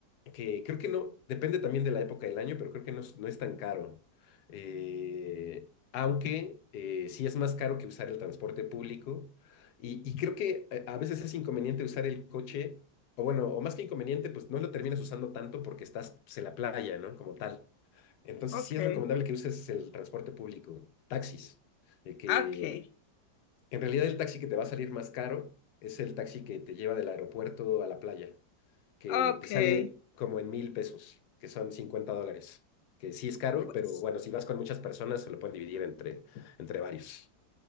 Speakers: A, on the left; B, on the left.
A: que creo que no, depende también de la época del año, pero creo que no es, no es tan caro. Eh, aunque eh, sí es más caro que usar el transporte público y, y creo que eh, a veces es inconveniente usar el coche, o bueno, o más que inconveniente, pues no lo terminas usando tanto porque estás pues, en la playa, ¿no? Como tal. Entonces
B: okay,
A: sí es recomendable que uses el transporte público, taxis, eh, que
B: okay,
A: en realidad el taxi que te va a salir más caro es el taxi que te lleva del aeropuerto a la playa, que
B: okay.
A: te sale como en mil pesos, que son 50 dólares, que sí es caro,
B: Pues,
A: pero bueno, si vas con muchas personas se lo pueden dividir entre, entre varios.